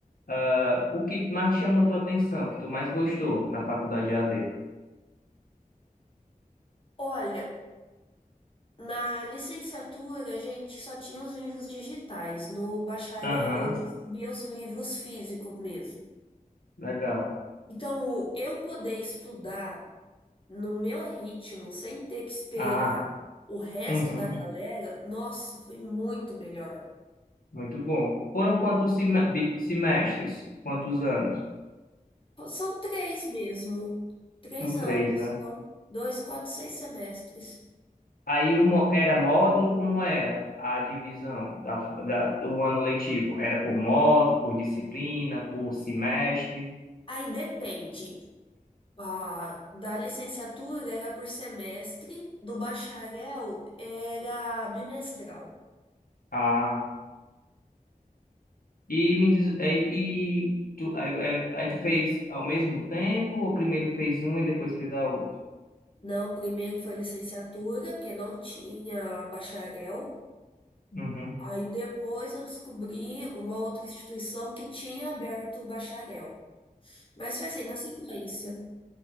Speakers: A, on the left; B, on the left.
A: ah, o que mais te chamou tua atenção, o que tu mais gostou na faculdade AD?
B: Olha, na licenciatura a gente só tinha os livros digitais, no bacharel
A: Aham,
B: eu recebia os livros físicos mesmo.
A: legal.
B: Então, o- eu poder estudar no meu ritmo, sem ter que esperar
A: Ah,
B: o resto
A: uhum,
B: da galera, nossa, foi muito melhor.
A: muito bom. Foram quantos sime- bi- semestres? Quantos anos?
B: São três mesmo, três
A: São três,
B: anos,
A: né?
B: então, dois, quatro, seis semestres.
A: Aí o mo- que era módulo, como era a divisão da, da- do ano letivo? Era por módulo, por disciplina, por semestre.
B: Aí depende. Ah, da licenciatura era por semestre, do bacharel era bimestral.
A: Ah, e me diz, e, e tu, aí, aí- aí tu fez ao mesmo tempo, ou primeiro fez uma e depois fez a outra?
B: Não, primeiro foi licenciatura, porque não tinha bacharel.
A: Uhum.
B: Aí depois eu descobri uma outra instituição que tinha aberto o bacharel. Mas foi assim, na sequência.